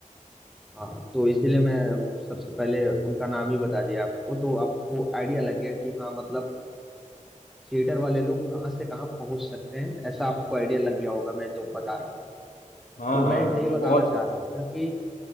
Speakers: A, in the centre; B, on the left.
A: हाँ तो इसीलिए मैं सबसे पहले उनका नाम ही बता दिया आपको तो आपको आइडिया लग गया कि हाँ मतलब थिएटर वाले लोग कहाँ से कहाँ पहुंच सकते हैं ऐसा आपको आइडिया लग गया होगा मैं जो बता रहा हूँ
B: हाँ
A: तो
B: हाँ
A: मैं यही
B: तो
A: बताना
B: बहुत
A: चाह रहा था कि